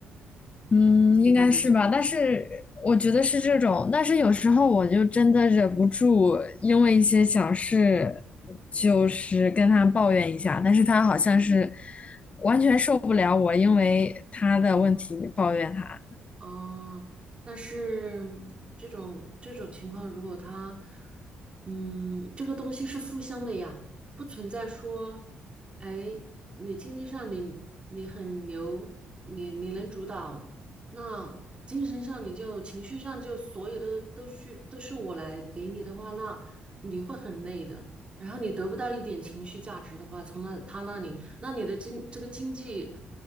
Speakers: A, on the left; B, on the right.
A: 嗯，
B: 你感觉是这种？
A: 应该是吧，但是我觉得是这种，但是有时候我就真的忍不住，因为一些小事，就是跟他抱怨一下，但是他好像是完全受不了我，因为他的问题抱怨他。
B: 嗯哦，但是嗯这种这种情况，如果他，嗯，这个东西是互相的呀，不存在说，哎，你经济上你你很牛，你你能主导，那精神上你就情绪上就所有的都需都是我来给你的话，那你会很累的。然后你得不到一点情绪价值的话，从那他那里。那你的经这个经济